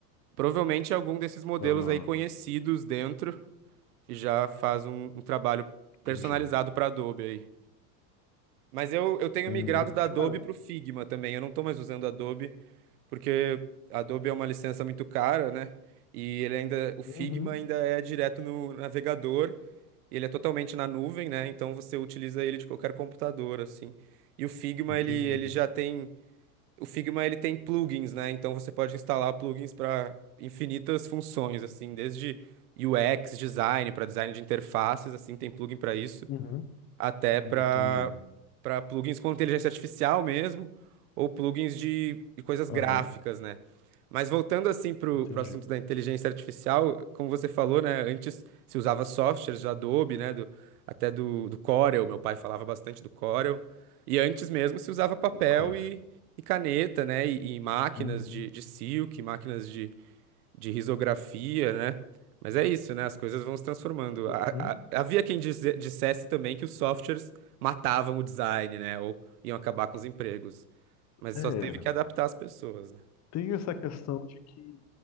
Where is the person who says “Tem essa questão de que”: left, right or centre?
Left